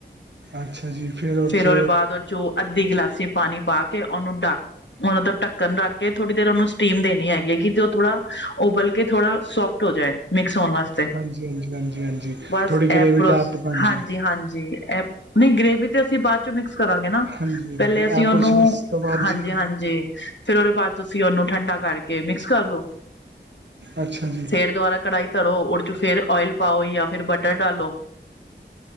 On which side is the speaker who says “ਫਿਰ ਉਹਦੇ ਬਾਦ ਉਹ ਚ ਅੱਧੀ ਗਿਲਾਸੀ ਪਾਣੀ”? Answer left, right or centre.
Left